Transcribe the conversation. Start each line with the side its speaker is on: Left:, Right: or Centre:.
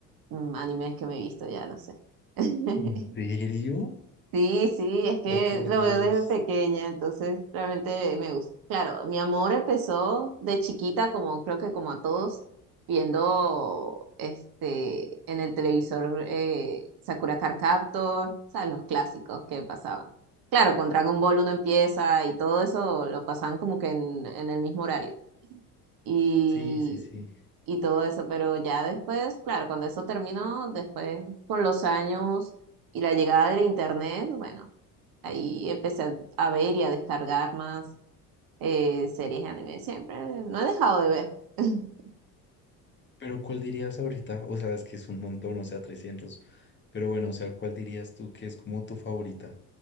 Right: mm, animes que me he visto, ya no sé. <laughs>
Left: ¿En serio?
Right: Sí, sí, es que
Left: Oh, por
Right: lo
Left: Dios.
Right: veo desde pequeña, entonces realmente me gusta. Claro, mi amor empezó de chiquita, como creo que como a todos, viendo este en el televisor eh, Sakura Card Captor, o sea, los clásicos que pasaban. Claro, con Dragon Ball uno empieza y todo eso lo pasaban como que en, en el mismo horario. Y,
Left: Sí, sí, sí.
Right: y todo eso, pero ya después, claro, cuando eso terminó, después con los años y la llegada del internet, bueno Ahí empecé a a ver y a descargar más eh, series de anime. Siempre no he dejado de ver. <laughs>
Left: Pero ¿cuál dirías ahorita? O sea, es que es un montón, o sea, trescientos Pero bueno, o sea, ¿cuál dirías tú que es como tu favorita?